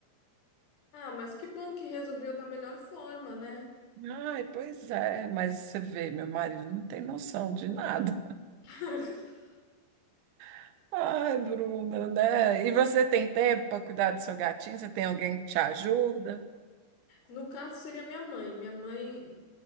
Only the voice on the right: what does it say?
Ai, pois é, mas você vê, meu marido não tem noção de nada.
<laughs> Ai, Bruna, né? E você tem tempo para cuidar do seu gatinho? Você tem alguém que te ajuda?